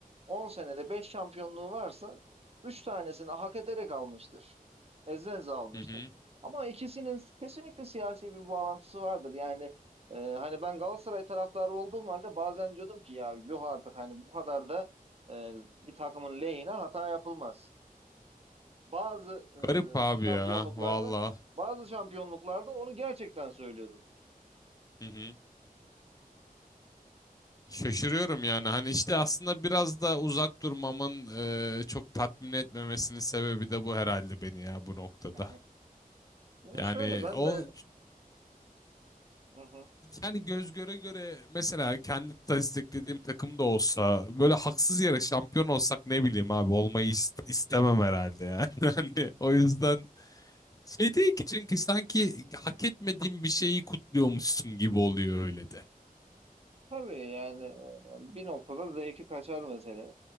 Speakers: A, on the right; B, on the left.
A: 10 senede 5 şampiyonluğu varsa 3 tanesini hak ederek almıştır. Eze eze almıştır.
B: Hı hı.
A: Ama ikisinin kesinlikle siyasi bir bağlantısı vardır. Yani e, hani ben Galatasaray taraftarı olduğum halde bazen diyordum ki ya yuh artık hani bu kadar da e, bir takımın lehine hata yapılmaz bazı
B: Garip
A: e,
B: abi
A: şampiyonluklarda
B: ya valla.
A: bazı şampiyonluklarda onu gerçekten söylüyordum.
B: Hı hı. Şaşırıyorum yani hani işte aslında biraz da uzak durmamın e, çok tatmin etmemesinin sebebi de bu herhalde beni ya bu noktada.
A: <laughs> Yani
B: Yani
A: şöyle ben
B: o
A: de hı hı.
B: yani göz göre göre mesela kendi desteklediğim takım da olsa böyle haksız yere şampiyon olsak ne bileyim abi olmayı is- istemem herhalde yani. <laughs> Hani o yüzden şey değil ki çünkü sanki hak etmediğim bir şeyi kutluyormuşsun gibi oluyor öyle de.
A: tabii yani e, bir noktada zevki kaçar mesela